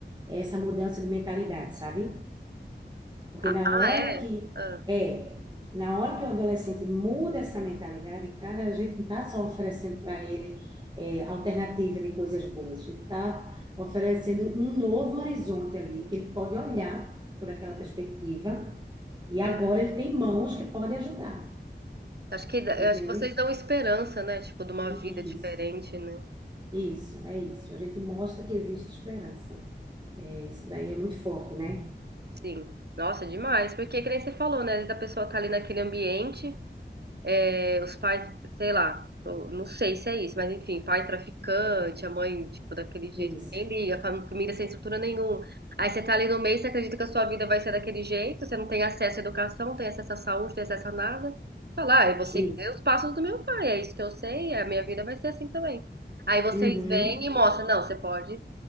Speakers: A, on the right; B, on the right.
A: é essa mudança de mentalidade, sabe? Porque
B: Ah
A: na
B: ah,
A: hora
B: é?
A: que
B: Hã.
A: é, na hora que o adolescente muda essa mentalidade, cara, a gente não está só oferecendo para ele é, alternativa de coisas boas, a gente está oferecendo um novo horizonte ali, que ele pode olhar por aquela perspectiva, e agora
B: Hum.
A: ele tem mãos que podem ajudar,
B: Acho que eu
A: entende?
B: acho que vocês dão esperança, né, tipo, de uma
A: Isso,
B: vida diferente, né.
A: isso, é isso. A gente mostra que existe esperança. É, isso daí é muito forte, né?
B: Sim. Nossa, demais, porque que nem você falou, né, às vezes a pessoa tá ali naquele ambiente É, os pais, sei lá, tô- não sei se é isso, mas enfim, pai traficante, a mãe, tipo, daquele jeito,
A: Isso,
B: nem liga, fam- família sem estrutura nenhuma. Aí você tá ali no meio, você acredita que a sua vida vai ser daquele jeito, você não tem acesso à educação, não tem acesso à saúde, não tem acesso a nada. Fala, ah, eu vou seguir
A: isso.
B: os passos do meu pai, é isso que eu sei, é, a minha vida vai ser assim também. Aí vocês
A: Uhum.
B: vêm e mostram, não, você pode